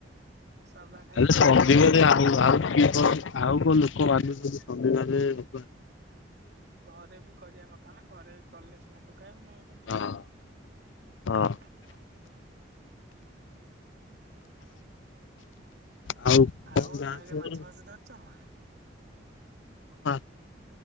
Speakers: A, on the right; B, on the left.
A: ସାଧା ଖାଇବା
B: ତାହେଲେ
A: କଥା
B: ସବ
A: ଭାତ
B: ଗ
A: ଡାଲି
B: ଆ
A: ଶାଗ।
B: ଆଉ କିଏ କଣ ଆଉ କଣ ଲୋକ ବାଧୁଛନ୍ତି। ସମେ କହଲେ ରବ
A: ଘରେ ବି କରିବା କଥା ନା ଘରେ ବି କଲେ ସିନା ତୁ ଖାଇବୁ ନହେଲେ କେମିତି
B: ହଁ
A: ଆବ।
B: ହଁ ଆଉ କଣ
A: ଆଉ
B: ଗାଁ
A: ନଈରେ
B: ଖବର?
A: ମାଛ ଫାଛ ଧରିଛ ମା
B: ଆ